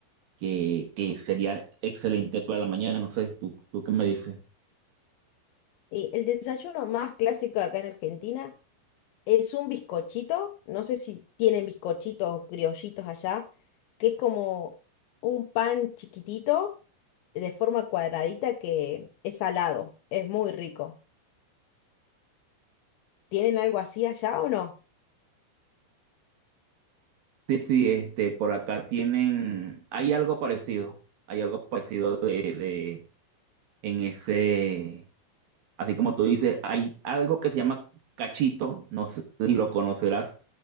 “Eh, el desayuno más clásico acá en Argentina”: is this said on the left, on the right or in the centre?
Left